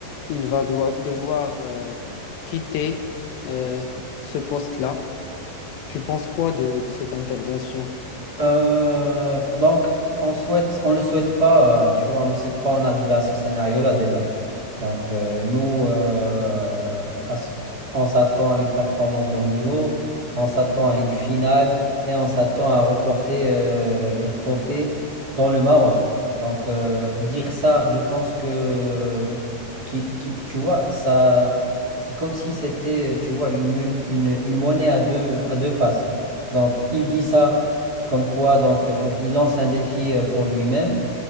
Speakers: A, on the left; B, on the right.
A: il va doi- devoir euh, quitter euh, ce poste-là. Tu penses quoi de, de cette intervention?
B: Euh, donc, on souhaite, on ne souhaite pas, euh, tu vois, on ne souhaite pas en arriver à ce scénario-là déjà. Donc, euh, nous, euh, à ce- on s'attend à une performance de haut niveau, on s'attend à une finale et on s'attend à reporter euh, le trophée dans le Maroc. Donc, euh, dire ça, je pense que, qu'il, qu'il- tu vois, ça, c'est comme si c'était, euh, tu vois, une, mon- une, une monnaie à deux, à deux faces. Donc, il dit ça. Comme quoi, donc, euh, il lance un défi euh, pour lui-même.